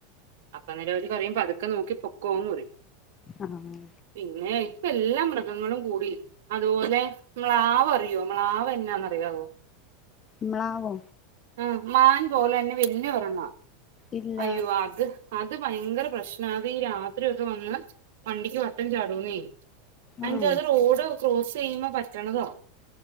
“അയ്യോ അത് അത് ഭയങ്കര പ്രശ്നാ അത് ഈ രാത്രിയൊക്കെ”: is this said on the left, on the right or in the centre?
Right